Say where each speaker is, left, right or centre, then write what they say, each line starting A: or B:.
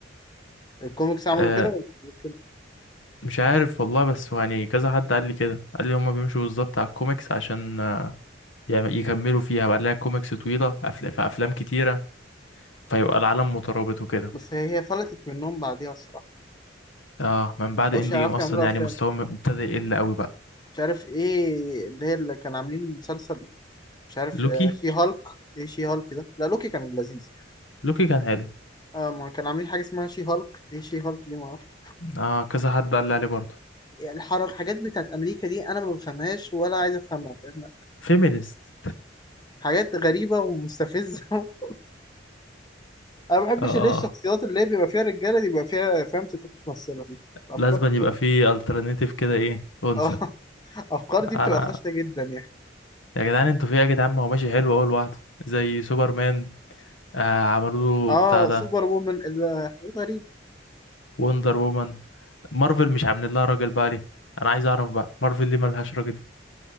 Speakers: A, on the left; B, on the left.
A: الكوميكس عملوا
B: أه
A: كده ولا عملوا كده؟
B: مش عارف والله بس هو يعني كذا حد قال لي كده قال لي هما بيمشوا بالظبط على الكوميكس عشان آه، يعم- يكملوا فيها بقى لها كوميكس طويله أفل- في افلام كتيره فيبقى العالم مترابط وكده
A: بس هي هي فلتت منهم بعديها الصراحه
B: اه من بعد
A: ما بقوش
B: اند
A: يعرفوا
B: جيم اصلا
A: يعملوا افلام
B: يعني مستوى ابتدى يقل قوي بقى
A: مش عارف ايه اللي هي اللي كان عاملين مسلسل مش عارف
B: لوكي
A: آه شي هالك ايه شي هالك ده لا لوكي كان لذيذ
B: لوكي كان حلو
A: اه ما كان عاملين حاجه اسمها شي هالك ايه شي هالك دي ما اعرفش
B: اه كذا حد قال لي عليه برضه
A: الحركات الحاجات بتاعت امريكا دي انا ما بفهمهاش ولا عايز افهمها فاهم
B: فيمينست
A: حاجات غريبه ومستفزه <laughs> انا ما بحبش
B: اه
A: اللي
B: اه
A: هي الشخصيات اللي هي بيبقى فيها رجاله دي بيبقى فيها فاهم ستات ممثله دي الافكار
B: لازم
A: دي
B: أن
A: بتبقى
B: يبقى فيه الترناتيف كده ايه انثى
A: اه <laughs> الافكار دي
B: انا
A: بتبقى فاشله جدا يعني
B: يا جدعان انتوا في إيه يا جدعان ما هو ماشي حلو اهو لوحده زي سوبرمان آه عملوا
A: اه
B: له بتاع ده
A: سوبر وومن ال- حاجات غريبه
B: وندر وومن مارفل مش عاملين لها راجل بقى ليه انا عايز اعرف بقى مارفل ليه ملهاش راجل